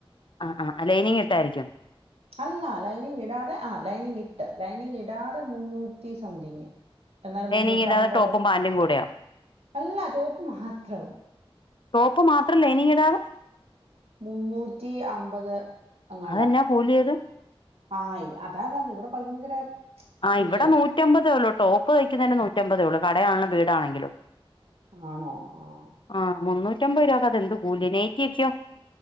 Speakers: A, on the left (about 55°); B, on the right (about 85°).
A: ആഹ് ആഹ് ലൈനിങ് ഇട്ടായിരിക്കും
B: അല്ല ലൈനിങ് ഇടാതെ ആഹ് ലൈനിങ് ഇട്ട് ലൈനിങ് ഇടാതെ മുന്നൂറ്റി സംതിങ് എന്നാലും
A: ലൈനിങ്
B: മുന്നൂറ്റി
A: ഇടാതെ
B: അമ്പത്
A: ടോപ്പും പാന്റും കൂടെയോ
B: അല്ല ടോപ്പ് മാത്രം
A: ടോപ്പ് മാത്രം ലൈനിങ് ഇടാതെ
B: മുന്നൂറ്റി അമ്പത് എങ്ങാണ്ടാ
A: അതെന്നാ കൂലിയത്
B: ആഹ് ഇ അതാ പറഞ്ഞെ ഇവിടെ ഭയങ്കര
A: ആഹ്
B: കൂലിയാ
A: ഇവടെ നൂറ്റമ്പതേ ഒള്ളൂ ടോപ്പ് തയ്ക്കുന്നതിന് നൂറ്റമ്പതേ ഒള്ളൂ കടയാണെലും വീടാണെങ്കിലും
B: ആണോ ആഹ്
A: ആഹ് മുന്നൂറ്റമ്പത് രൂപയൊക്കെ അതെന്ത് കൂല്യാ നേറ്റിക്ക്യോ